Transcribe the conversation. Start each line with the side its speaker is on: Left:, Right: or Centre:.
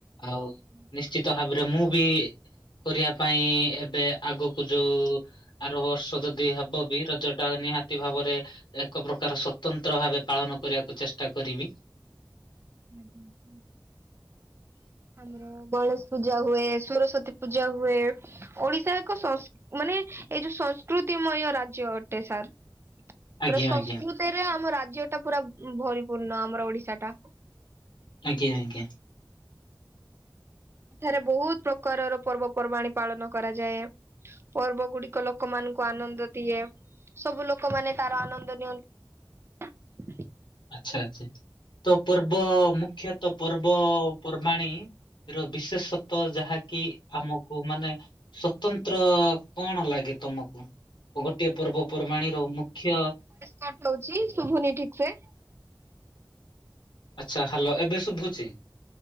Left: ଆଉ
Right: ହୁଁ।
Left: ନିଶ୍ଚିତ ଭାବରେ ମୁଁ ବି କରିବା ପାଇଁ ଏବେ ଆଗକୁ ଯୋଉ ଆରବର୍ଷ ବି ହବକି ରଜଟା ନିହାତି ଭାବରେ ଏକପ୍ରକାର ସତନ୍ତ ନ୍ତ୍ର ଭାବେ ପାଳନ କରିବାକୁ ଚେଷ୍ଟା କରିବି।
Right: ବ <unintelligible> ପୂଜା ହୁଏ ସ୍ଵରସ୍ଵତୀ ପୂଜା ହୁଏ। ଓଡିଶା ଏକ ସଂସ ମାନେ ଏଇ ଯୋଉ ସଂସ୍କୃତିମୟ ରାଜ୍ୟ ଅଟେ ସାର୍।
Left: ଆଜ୍ଞା
Right: ପୁରା ସଂସ୍କୃତିରେ
Left: ଆଜ୍ଞା
Right: ଆମ ରାଜ୍ୟଟା ପୁରା ଭରିପୂର୍ଣ ଆମର ଓଡିଶା ଟା।
Left: ଆଜ୍ଞା ଆଜ୍ଞା।
Right: ଏଠାରେ ବହୁତ ପ୍ରକାରର ପର୍ବପର୍ବାଣିୀ ପାଳନ କରାଯାଏ। ପର୍ବ ଗୁଡିକ ଲୋକମାନଙ୍କୁ ଆନନ୍ଦ ଦିଏ। ସବୁ ଲୋକମାନେ ତାର ଆନନ୍ଦ ନିଅନ୍ତି।
Left: ଆଚ୍ଛା ଆଚ୍ଛା। ତ ପର୍ବ ମୁଖ୍ୟତଃ ପର୍ବପର୍ବାଣି। ର ବିଶେଷତ୍ୱ ଯାହାକି ଆମକୁ ମାନେ ସ୍ଵତନ୍ତ୍ର କଣ ଲାଗେ ତମକୁ? ଭାରତିୟ ପର୍ବପର୍ବାଣିର ମୁଖ୍ୟ
Right: କଟ୍ ହଉଛି ଶୁଭୁନି ଠିକ୍ ସେ?
Left: ଆଚ୍ଛା। ହାଲୋ ଏବେ ଶୁଭୁଛି,?